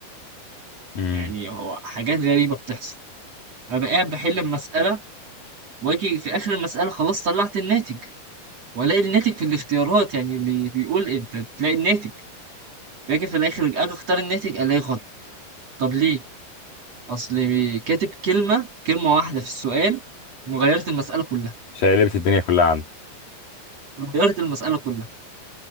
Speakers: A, on the left; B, on the right.
A: امم
B: يعني هو حاجات غريبه بتحصل انا بقى قاعد بحل المساله واجي في اخر المساله خلاص طلعت الناتج والاقي الناتج في الاختيارات يعني اللي بيقول انت تلاقي الناتج باجي في الاخر اجي اختار الناتج الاقي غلط طب ليه أصلي كاتب كلمة كلمة واحدة في السؤال وغيرت المسألة كلها
A: شقلبت الدنيا كلها عندك
B: غيرت المسألة كلها